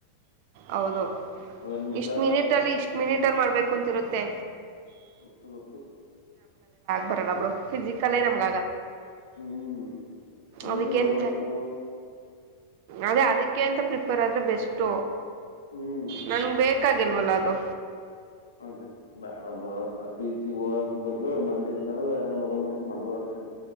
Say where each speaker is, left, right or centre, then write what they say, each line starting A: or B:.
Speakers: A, on the right; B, on the left.
A: ಹೌದು.
B: ರನ್ನಿಂಗ್
A: ಇಷ್ಟ್
B: ಆದ್ರೂ
A: ಮಿನಿಟ್
B: ಆಗ್ಬೇಕು
A: ಅಲ್ಲಿ ಇಷ್ಟ್ ಮಿನಿಟ್ ಅಲ್ಲಿ ಮಾಡ್ಬೇಕು ಅಂತಿರುತ್ತೆ.
B: ಗೊತ್ತು ಗೊತ್ತು.
A: ಪರಲ್ಲ ಬ್ರ ಫಿಸಿಕಲ್ ನಮ್ಗ
B: ಹ್ಮ್ ರನ್ನಿಂಗ್
A: ಅದಕ್ಕೆ ಎಂತ
B: ಓಡ್ಬೇಕು
A: ಅದೇ ಅದಕ್ಕೆ ಅಂತ ಪ್ರಿಪೇರ್ ಆದ್ರೆ ಬೆಸ್ಟ್
B: ಹ್ಮ್
A: ನ ಬೆ ಕಾಗಿಲ್ಲಲ ಅದು
B: ಅದೇ ಬೇಡ ಬೊ ಹೋಗಕ್ ಬದ್ಲು ಮನಲಿ ಇರ್ಕಂದ ಯಾರ ಮದ್ ಮಾಡ್ಕೊಂಡ ಸರೀ.